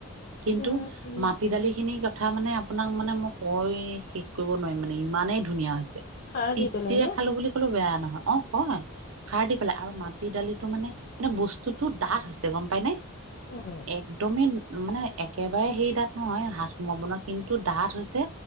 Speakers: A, on the right; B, on the left.
A: কিন্তু
B: উম, উম,
A: মাটি দালি খিনি কথা মানে আপোনাক মানে মই কৈ শেষ কৰিব নোৱাৰিম। মানে ইমানেই ধুনীয়া হৈছে।
B: সাৰ
A: তৃপ্তিৰে
B: দি পেলাই ন
A: খালো বুলি কলেও বেয়া না অ হয় খাৰ দি পেলাই। আৰু মাটি দালিটো মানে মানে বস্তুটো ডাঠ হৈছে গম পাই নে?
B: উম,
A: একদমেই মানে একেবাৰে সেই ডাঠ নহয়, হাত সোমাব নোৱাৰা। কিন্তু ডাঠ হৈছে